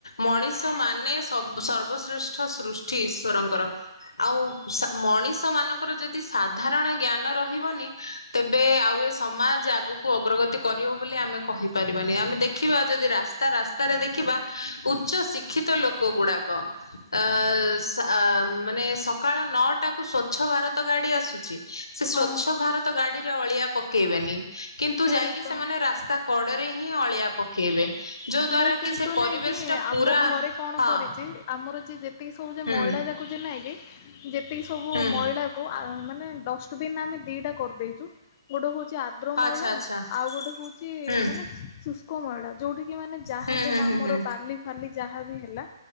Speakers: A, on the left; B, on the left.
A: ମଣିଷ ମାନେ ସବ ସର୍ବଶ୍ରେଷ୍ଠ ସୃଷ୍ଟି ଈଶ୍ୱରଙ୍କର। ଆଉ ସା ମଣିଷ ମାନଙ୍କର ଯଦି ସାଧାରଣ ଜ୍ଞାନ ରହିବନି ତେବେ ଆଉ ଏ ସମାଜ ଆଗକୁ ଅଗ୍ରଗତି କରିବ ବୋଲି ଆମେ କହିପାରିବାନି ଆମେ ଦେଖିବା ଆଉ ଯଦି ରାସ୍ତା ତା ରାସ୍ତାରେ ଦେଖିବା ଉଚ୍ଚ ଶିକ୍ଷିତ ଲୋକ ଗୁଡାକ ଆ ସ୍ ଆ ମାନେ ସକାଳ ନଅଟା କୁ ସ୍ଵଚ୍ଛ ଭାରତ ଗାଡ଼ି ଆସୁଛି। ସେ ସ୍ଵଚ୍ଛ
B: ହଁ।
A: ଭାରତ ଗାଡିରେ ଅଳିଆ ପକେଇବେନି କିନ୍ତୁ
B: ସେଇ
A: ଯାଇକି
B: ତ।
A: ସେମାନେ ରାସ୍ତା କଡ଼ରେ ହିଁ ଅଳିଆ ପକେଇବେ। ଯୋଉ ଦ୍ଵାରା
B: ମୁଁ କିନ୍ତୁ
A: କି ସେ ପରିବେଶ
B: ନାଇଁ କି
A: ଟା ପୁରା
B: ଆମ ଘରେ କଣ
A: ହଁ
B: କରିଛି ଆମର ଯିଏ ଯେତିକି ସବୁ ଯେ
A: ହୁଁ
B: ମଇଳା ଯାକ ଯେ ନାଇଁ କି ଯେତିକି ସବୁ
A: ହୁଁ
B: ମଇଳା କୁ ଆ ମାନେ ଡଶ୍ ଷ୍ଟବିନ୍ ଆମେ ଦିଟା କରିଦେଇଛୁ ଗୋଟେ ହଉଛି ଆ ଆଦ୍ର ମଇଳା
A: ଆଚ୍ଛା ଆଚ୍ଛା
B: ଆଉ ଗୋଟେ ହଉଛି
A: ହୁଁ
B: ମାନେ ସୁସ୍ ଶୁଷ୍କ ମଇଳା ଯୋଉଠି କି ମାନେ ଯାହା
A: ହୁଁ
B: ହେଲେ
A: ହୁଁ
B: ଆମର
A: ହୁଁ ହୁଁ
B: ବାଲି ଫାଲି ଯାହା ବି ହେଲା